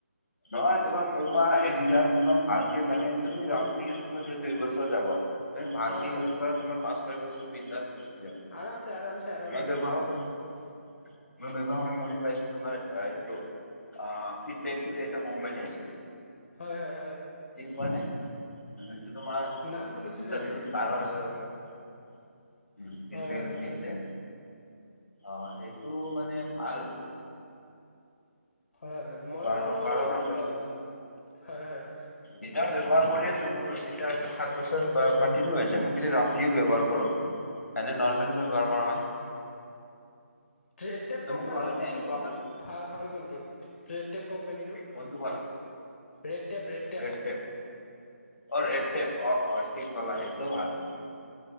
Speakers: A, on the left; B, on the left.
A: নহয় তোমাৰ পুমা এডিডাছ তোমাৰ ভালকে মানে তুমি ৰাফলি ইউজ কৰিলে দুই বছৰ যাব তুমি ভালকে
B: হয় হয়
A: ইউজ কৰা তোমাৰ পাঁচ ছয় বছৰ বিনদাছ গুচি যাব
B: আৰামছে আৰামছে আৰামছে
A: মই ব্যৱহাৰ কৰ মই ব্যৱহাৰ কৰি পাইছো তোমাৰ আ এইটো অ ফিডবেক বুলি এটা কম্পানী আছে
B: হয় হয় হয়
A: চীন পোৱা নে এইটো তোমাৰ
B: নাম শুনিছো
A: জোতাটোৰ
B: চাগে
A: বাৰ হাজাৰৰ ফিডবেক
B: হয় হয়
A: বুলি আছে অ সেইটো মানে ভাল
B: হয় হয় মইও
A: বাৰ
B: বাৰু
A: বাৰ মান
B: অ হয় হয়
A: এতিয়াও ব্যৱহাৰ কৰি আছো মোৰ জোতা এযোৰ সাত বছৰ ক কণ্টিনিউ হৈ আছে মোৰ কিন্তু ৰাফলি ব্যৱহাৰ কৰো এনেই নৰ্মেলি ব্যৱহাৰ কৰা নাই
B: ট্ৰেড টেপ
A: তুমি
B: কম্পানীওটো
A: কৰা নে
B: কন্তু
A: এনেকুৱা
B: ভাল
A: মানে
B: ভাল ভাল কন টোত ৰেডটেপ কোম্পানীটো
A: কোনটো ক'লা
B: ৰেডটেপ ৰেডটেপ
A: ৰেড টেপ অ ৰেডটেপ অ অ ঠিক কলা সেইটো ভাল